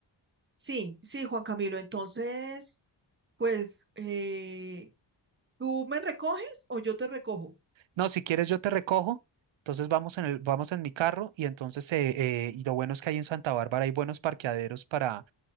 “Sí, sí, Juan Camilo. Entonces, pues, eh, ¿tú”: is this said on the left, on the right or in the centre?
Right